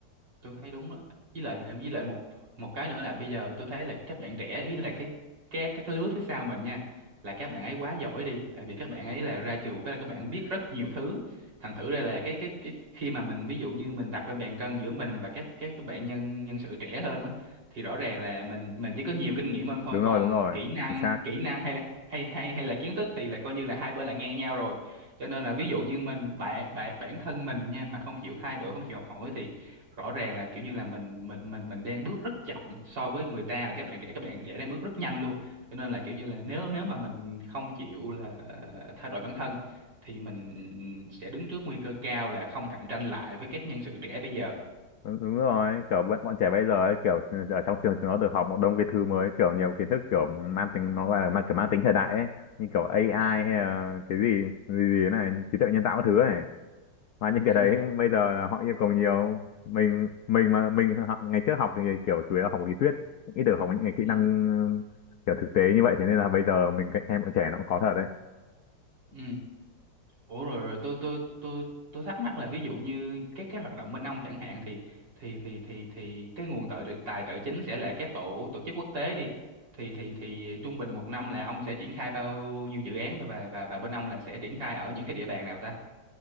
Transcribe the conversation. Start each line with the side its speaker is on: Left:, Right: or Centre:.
Right: tôi thấy đúng á. Với lại với lại một một cái nữa là bây giờ tôi thấy là các bạn trẻ với là cái các các cái lứa phía sau mình nha là các bạn ấy quá giỏi đi tại vì các bạn ấy là ra trường cái là các bạn biết rất nhiều thứ thành thử ra là cái cái cái khi mà mình ví dụ như mình đặt lên bàn cân giữa mình và các các các bạn nhân nhân sự trẻ hơn á thì rõ ràng là mình mình chỉ có nhiều kinh nghiệm hơn thôi
Left: Đúng
Right: còn
Left: rồi, đúng rồi.
Right: kỹ năng
Left: Chính xác.
Right: kỹ năng hay là hay hay hay là kiến thức thì là coi như là hai bên là ngang nhau rồi cho nên là ví dụ như mình bạn bạn bản thân mình nha mà không chịu thay đổi không chịu học hỏi thì rõ ràng là kiểu như là mình mình mình mình đang bước rất chậm so với người ta là các bạn trẻ các bạn trẻ đang bước rất nhanh luôn cho nên là kiểu như là nếu nếu mà mình không chịu là thay đổi bản thân thì mình sẽ đứng trước nguy cơ cao là không cạnh tranh lại với các nhân sự trẻ bây giờ
Left: đúng, đúng rồi kiểu bọn, bọn trẻ bây giờ ấy, kiểu ừ, ở trong trường chúng nó được học một đông cái thứ mới kiểu nhiều kiến thức kiểu mang tính nó gọi là mang, kiểu mang tính thời đại ấy như kiểu AI hay
Right: ừ
Left: là cái gì gì gì này trí tuệ nhân tạo các thứ này mà những cái
Right: ừ
Left: đấy bây giờ họ yêu cầu nhiều mình mình mà mình học ngày trước học thì kiểu chủ yếu là học lý thuyết ít được học những cái kỹ
Right: ừ
Left: năng kiểu thực tế như vậy thế nên là bây giờ mình cạnh tranh bọn trẻ nó cũng khó thật đấy
Right: ừ Ủa rồi rồi tôi tôi tôi tôi thắc mắc là ví dụ như các cái hoạt động bên ông chẳng hạn thì thì thì thì thì cái nguồn tài tài trợ chính sẽ là các tổ tổ chức quốc tế đi thì thì thì trung bình một năm là ông sẽ triển khai bao nhiêu dự án thôi, và và và bên ông là sẽ triển khai ở những cái địa bàn nào ta?